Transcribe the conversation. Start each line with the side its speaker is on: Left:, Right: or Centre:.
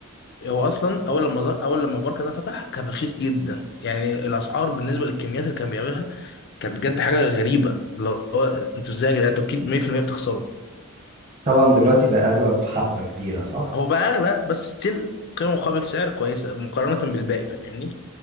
Left: هو اصلا اول لما ز... اول لما البركه ده فتح كان رخيص جدا يعني الاسعار بالنسبه للكميات اللي كان بيعملها كان بجد حاجه غريبه اللي هو انتوا ازاي يا جدعان انتوا اكيد 100% بتخسروا
Right: <laughs> طبعا دلوقتي بقى اغلب حبة كبيرة صح
Left: هو بقى اغلى بس ستيل قيمه مقابل سعر كويسه مقارنه بالباقي فاهمني